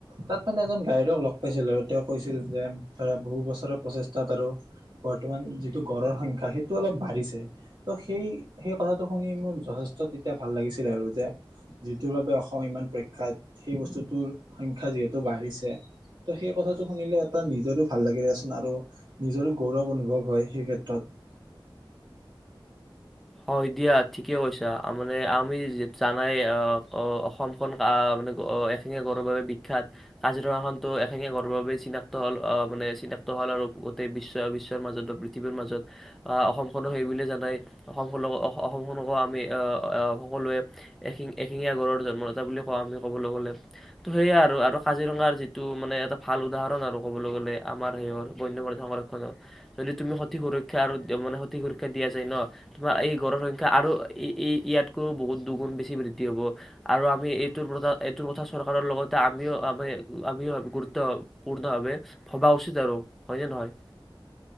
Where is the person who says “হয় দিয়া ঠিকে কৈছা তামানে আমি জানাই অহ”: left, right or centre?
Centre